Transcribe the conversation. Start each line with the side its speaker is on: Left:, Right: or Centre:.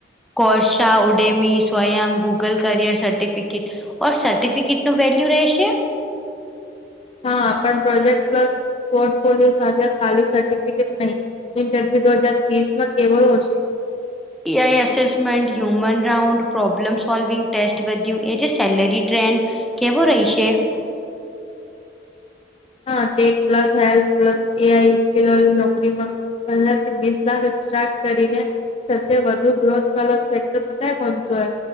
Centre: Coursera Udemy Swayam Google career certificate or certificate નું વેલ્યુ રહેશે.
Left: હા પણ પ્રોજેક્ટ પ્લસ પોર્ટફોલિયો સાથે ખાલી સર્ટિફિકેટ નહી. ઇન્ટરવ્યુ દો હજાર ત્રીસ માં કેવો હશે.
Centre: AI assessment human round problem solving test વધ્યું એ જે સેલરી ટ્રેન્ડ કેવું રહીશે.
Left: હા ટેક પ્લસ હેલ્થ પ્લસ એ આઈ સ્કીલ વારી નોકરીમાં. પંદર થી વીસ લાખ સ્ટાર્ટ કરીને સબસે વધુ ગ્રોથ વાળો સેક્ટર પતા હે કોન સો હે